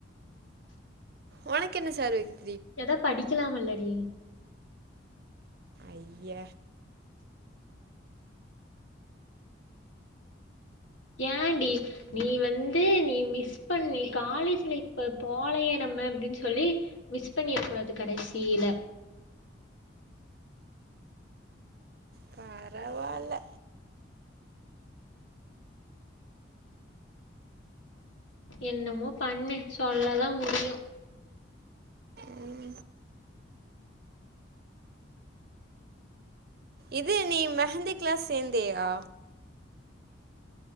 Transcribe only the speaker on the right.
உனக்கு என்ன சோறு வக்கிறது
ஐய
பரவால்ல.
ம் இது நீ மெஹந்திக்லா சேந்தயா?